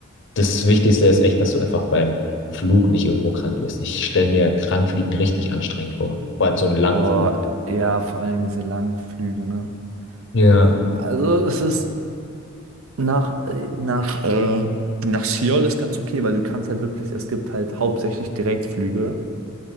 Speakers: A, on the left; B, on the right.
A: das Wichtigste ist echt, dass du einfach beim Flug nicht irgendwo krank wirst. Ich stelle mir Krankfliegen richtig anstrengend vor. Vor allem so einen langen
B: Oh,
A: Flug.
B: ja, vor allem diese langen Flüge, ne?
A: Ja.
B: Ja, also es ist nach, äh, nach, äh, nach Seoul ist ganz okay, weil du kannst halt wirklich, es gibt halt hauptsächlich Direktflüge